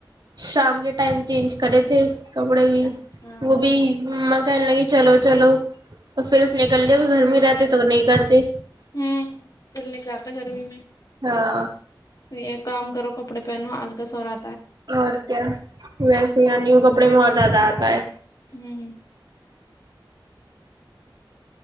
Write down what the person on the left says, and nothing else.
اچھا ہوں
ہوں چلنے کر گرمی میں
یہ کام کرو کپڑے پہنو ہلک سورا
ہوں